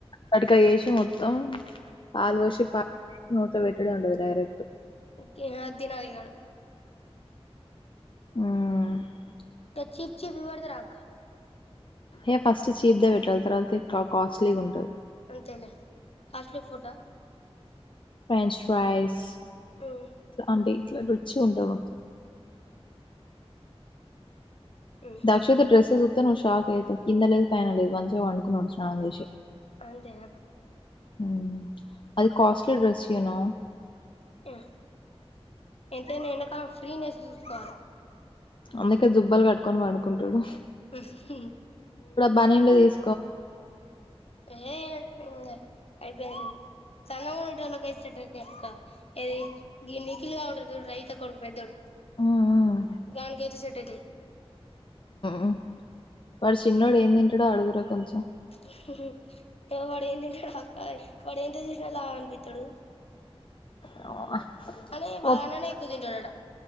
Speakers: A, on the left (about 50°); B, on the left (about 70°).
A: కడకా వేసి మొత్తం పాలు పోసి పాలు నోట్లో పెట్టుడే ఉంటది డైరెక్ట్
B: ఓకే ఇగ అద్దినడిగడు
A: మ్
B: ఇక చీప్ చీపియ్ పెడతరా అక్క
A: ఏ ఫస్ట్ చీప్దే పెట్టాలి తర్వాత కాస్ట్లీగుంటది
B: అంతేలే కాస్ట్లీ ఫుడ్డా
A: ఫ్రెంచ్ ఫ్రైస్
B: ఉమ్
A: అంటే ఇట్లా రిచ్గుంటది మొత్తం
B: ఉహు
A: దక్షిత డ్రెస్ జూత్తే నువ్ షాక్ అయితవ్ కింద లేదు పైన లేదు వన్స్ చిగా పండుకున్నాడు స్నానం జేసి
B: అంతేనా
A: హు అది కాస్ట్లీ డ్రెస్ యూనో
B: ఆ ఎంతైనా ఎండాకాలం ఫ్రీనెస్ చూసుకోవాలె
A: అందుకే జుబ్బాలు కట్టుకొని పడుకుంటాడు
B: <unintelligible>
A: బనిన్లు తీస్
B: ఎహె ఇంగ అయిపోయినయ్ సన్నగుండేటోళ్ళకైతే సెట్టాయితయక్క ఏది గి నిఖిల్గాడుంటాడు చుడు రైత కొడుకు పేద్దొడు
A: ఉమ్,
B: గానికైతే సెట్ అయితయ్
A: మ్ వాడు చిన్నోడు ఏం తింటాడో అడుగురా కొంచెం
B: <unintelligible> వడ ఎం తింటాడు అక్క వాడు ఎంత చూసినా లావనిపిత్తాడు
A: ఆ <unintelligible>
B: అనీ వాళననే
A: మొత్తం
B: ఎక్కువ తింటడట